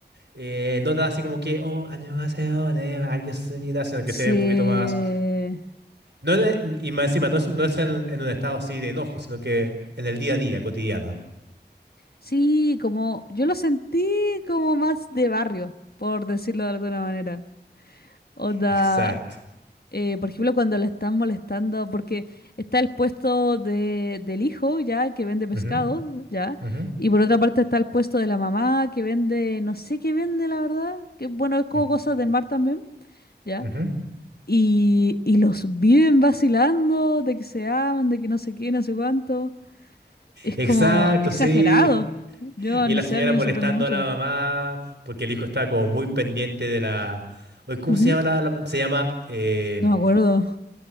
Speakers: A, on the right; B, on the left.
A: eh, no tan así como que, oh, 안녕하세요, 네, 알겠습니다", sino que
B: Sí.
A: se ve un poquito más. No, en- e, y más encima, no es, no es en, en un estado así de enojo, sino que en el día a día, cotidiano.
B: Sí, como yo lo sentí como más de barrio, por decirlo de alguna manera. Onda,
A: Exacto.
B: eh, por ejemplo, cuando la están molestando, porque está el puesto de, del hijo, ya, que vende pescado,
A: Ujú,
B: ya,
A: ujú,
B: y por otra parte está el puesto de la mamá, que vende, no sé qué vende, la verdad, que bueno, es como
A: ujú,
B: cosas del mar también, ya,
A: ujú.
B: y, y los viven vacilando de que se aman, de que no sé qué, no sé cuánto. Es
A: Exacto,
B: como exagerado.
A: sí.
B: Yo,
A: Y
B: no
A: la
B: sé,
A: señora
B: a mí me
A: molestando
B: sorprende mucho.
A: a la mamá porque el hijo estaba como muy pendiente de la... Oye, ¿Cómo
B: Ujú.
A: se llama la... la- Se llama... Eh...
B: No me acuerdo.